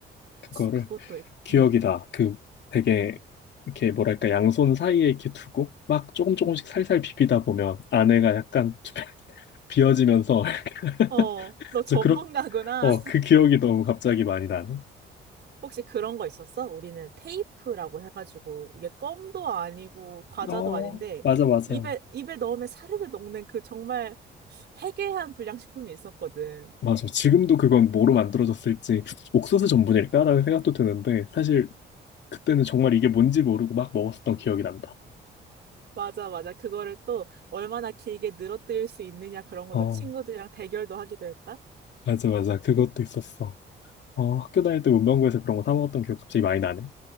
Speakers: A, on the left (about 65°); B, on the right (about 60°).
A: 그거를
B: 그것도, 있-
A: 기억이
B: 음,
A: 다 그 되게, 이렇게 뭐랄까, 양손 사이에 이렇게 두고 막 조금 조금씩
B: 음.
A: 살살 비비다 보면 안에가 약간 좀 <laughs> 비어지면서, <laughs>
B: 어, 너 전문가구나.
A: 그래서 그렇, 어, 그 기억이 너무 갑자기 많이 나네.
B: 혹시 그런 거 있었어? 우리는 테이프라고 해가지고 이게 껌도 아니고 과자도
A: 어,
B: 아닌데
A: 맞아, 맞아.
B: 입에 입에 넣으면 사르르 녹는 그 정말 해괴한 불량식품이 있었거든.
A: 맞아. 지금도 그건 뭐로 만들어졌을지 옥수수 전분일까라는 생각도 드는데 사실 그때는 정말 이게 뭔지 모르고 막 먹었었던 기억이 난다.
B: 맞아, 맞아. 그거를 또 얼마나 길게 늘어뜨릴 수 있느냐 그런 걸로
A: 어,
B: 친구들이랑 대결도 하기도 했다.
A: 맞아, 맞아. 그것도 있었어. 어, 학교 다닐 때 문방구에서 그런 거 사 먹었던 기억 갑자기 많이 나네.